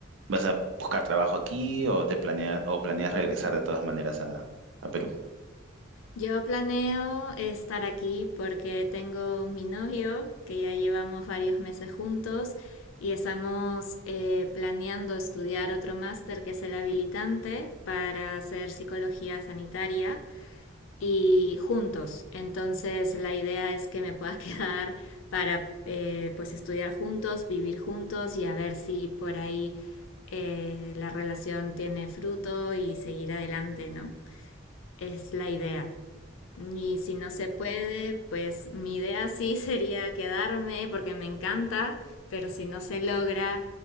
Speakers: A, on the right; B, on the left.
A: vas a buscar trabajo aquí o te planea, o planeas regresar de todas maneras a, a Perú?
B: Yo planeo estar aquí porque tengo mi novio, que ya llevamos varios meses juntos, y estamos eh, planeando estudiar otro máster que es el habilitante para hacer psicología sanitaria y juntos. Entonces la idea es que me pueda <laughs> quedar para eh, pues estudiar juntos, vivir juntos y a ver si por ahí eh, la relación tiene fruto y seguir adelante, ¿no? Es la idea. Y si no se puede, pues mi idea sí <laughs> sería quedarme porque me encanta, pero si no se logra